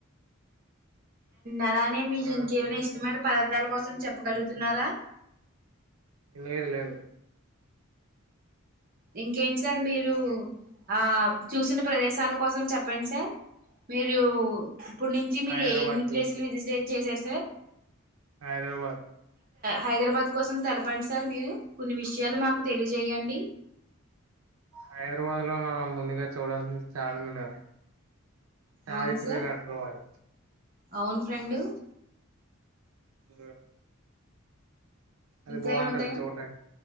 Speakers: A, on the right; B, on the right.
A: అలానే మీకు
B: ఆ
A: ఇంకేమైనా ఇష్టమైన పదార్థాల కోసం చెప్పగలుగుతున్నారా
B: లేదు లేదు
A: ఇంకేంటి సార్ మీరు ఆ చూసిన ప్రదేశాలు కోసం చెప్పండి సార్ మీరు ఇప్పుడు నుంచి మీరు
B: హైదరాబాద్
A: ఎన్ని ప్లేసులు విసిట్ చేసారు సార్
B: హైదరాబాద్
A: హైదరాబాద్ కోసం తెలపండి సార్ మీరు కొన్ని విషయాలు మాకు తెలియజేయండి
B: హైదరాబాద్ లో మనం ముందుగా చూడాల్సింది చార్మినార్ చారిత్ర
A: అవును సార్
B: కటల వారు
A: అవును ఫ్రెండు
B: ఉ అది
A: ఇంకా
B: బాగుంటది
A: ఏముంటాయి
B: చూడ్డానికి